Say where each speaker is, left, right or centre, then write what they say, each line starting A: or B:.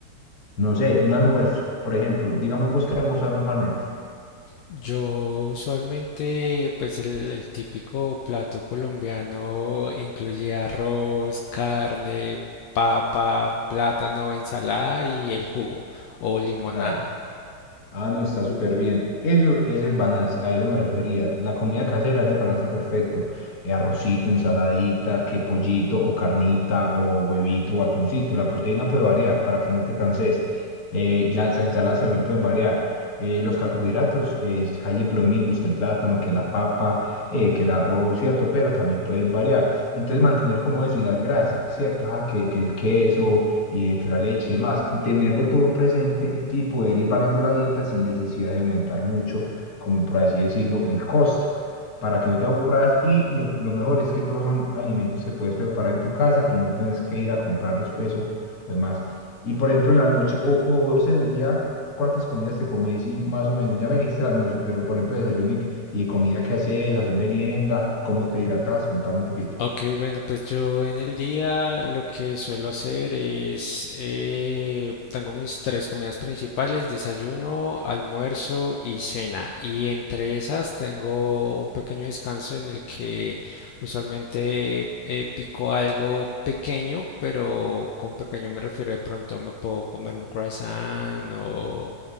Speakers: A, on the left; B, on the left.
A: No sé, un almuerzo, por ejemplo. Digamos vos que almorzás normalmente.
B: Yo usualmente, pues el, el típico plato colombiano incluye arroz, carne, papa, plátano, ensalada y el jugo o limonada.
A: Claro. Ah, no, está súper bien. Eso es el balance, a eso me refería. La comida casera es el balance perfecto. Eh, arrocito, ensaladita, que pollito o carnita o huevito o atuncito. La proteína puede variar para que no te canses. Eh, las ensaladas también pueden variar. Eh, los carbohidratos, eh, hay siempre los mismos que el plátano, que la papa, eh, que el arroz, ¿cierto? Pero también puedes variar. Entonces mantener como eso y las grasas, ¿cierto? Ah, que, que el queso y de que la leche y demás, y tenerlo todo presente y poder ir variando la dieta sin necesidad de aumentar mucho, como por así decirlo, el costo, para que no te aburras y lo, lo mejor es que todos son alimentos que puedes preparar en tu casa y no tienes que ir a comprarlos pues o, o demás. Y por ejemplo en la noche o, o vos en el día, ¿cuántas comidas te comes? Y más o menos, ya me dijiste el almuerzo, pero por ejemplo desayuno y, y comida que haces, haces merienda, ¿cómo te hidratas? Contame un poquito.
B: Ok, bueno, pues yo en el día lo que suelo hacer es, eh, tengo mis tres comidas principales, desayuno, almuerzo y cena. Y entre esas tengo un pequeño descanso en el que usualmente eh, pico algo pequeño, pero con pequeño me refiero de pronto me puedo comer un croissant o